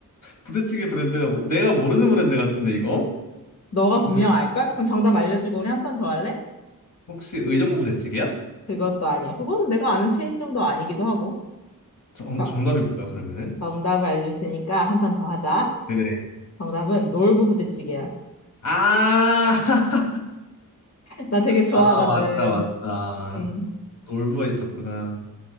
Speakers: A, on the left; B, on the left.
A: 부대찌개 브랜드가 뭐, 내가 모르는 브랜드 같은데 이거?
B: 너가
A: 부대
B: 분명 알걸? 그럼 정답 알려주고 우리 한 번 더 할래?
A: 혹시 의정부 부대찌개야?
B: 그것도 아니야. 그건 내가 아는 체인점도 아니기도 하고.
A: 정
B: 자,
A: 정답이 뭐야 그러면은?
B: 정답을 알려줄 테니까 한 판 더 하자.
A: 그래.
B: 정답은 놀부 부대찌개야.
A: 아, <laughs>
B: <laughs> 나 되게 좋아하거든.
A: 아 맞다 맞다.
B: 음.
A: 놀부가 있었구나.